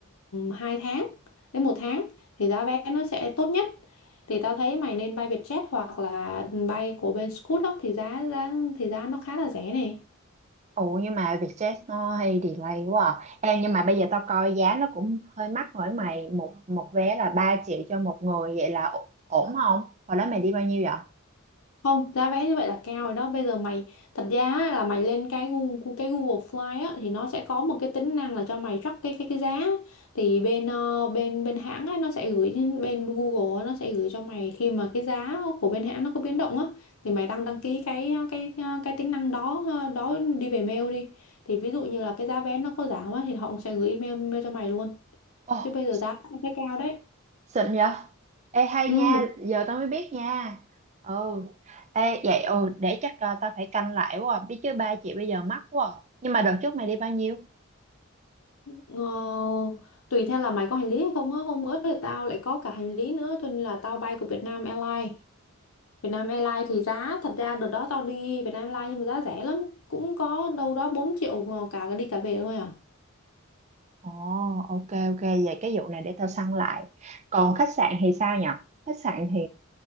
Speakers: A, on the left; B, on the right.
A: 2 tháng đến một tháng. Thì giá vé nó sẽ tốt nhất. Thì tao thấy mày nên bay Vietjet hoặc là bay của bên Scoot á. Thì giá giá thì giá nó khá là rẻ này.
B: Ủa nhưng mà Vietjet nó hay delay quá à. Em nhưng mà bây giờ tao coi giá nó cũng hơi mắc rồi mày. Một một vé là 3 triệu cho một người vậy là ổ- ổn không? Hồi đó mày đi bao nhiêu vậy?
A: Không, giá vé như vậy là cao rồi đó. Bây giờ mày thật ra á, là mày lên cái Google, cái Google Fly á thì nó sẽ có một cái tính năng là cho mày track cái cái cái giá. Thì bên ờ, bên bên hãng á nó sẽ gửi bên Google á, nó sẽ gửi cho mày khi mà cái giá của bên hãng nó có biến động á thì mày đăng đăng ký cái ờ, cái ờ, cái tính năng đó ờ, đó đi về mail đi. Thì ví dụ như là cái giá vé nó có giảm á thì họ cũng sẽ gửi email, email cho mày luôn.
B: Ồ,
A: Chứ bây giờ giá nó thấy cao đấy.
B: Xịn vậy? Ê hay
A: Ừ.
B: nha, giờ tao mới biết nha. Ừ. Ê vậy ừ để chắc ờ, tao phải canh lại quá. à. Biết chứ ba chị bây giờ mắc quá. à. Nhưng mà đợt trước mày đi bao nhiêu?
A: Ờ, tùy theo là mày có hành lý hay không á hôm bữa thì tao lại có cả hành lý nữa cho nên là tao bay của Vietnam Airlines Vietnam Airlines thì giá thật ra đợt đó tao đi Vietnam Airlines nhưng mà giá rẻ lắm cũng có đâu đó 4 triệu mà cả cái đi cả về thôi à
B: Ồ, ok ok vậy cái vụ này để tao săn lại. Còn khách sạn thì sao nhở? Khách sạn thì